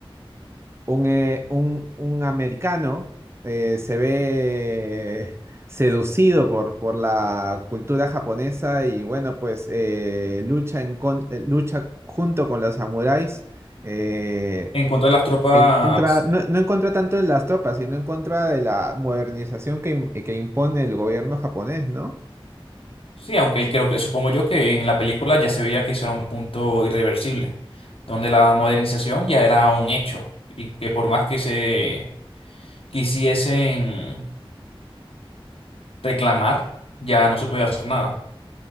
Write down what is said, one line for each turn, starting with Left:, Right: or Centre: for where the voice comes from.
Right: un, eh, un, un americano eh, se ve seducido por, por la cultura japonesa y bueno, pues eh, lucha, en con- eh, lucha junto con los samuráis eh,
Left: En contra de las tropas,
Right: En contra, no, no en contra tanto de las tropas, sino en contra de la modernización que, im- que impone el gobierno japonés, ¿no?
Left: sí, aunque creo que, supongo yo que en la película ya se veía que eso era un punto irreversible, donde la modernización ya era un hecho y que por más que se quisiesen reclamar, ya no se podía hacer nada.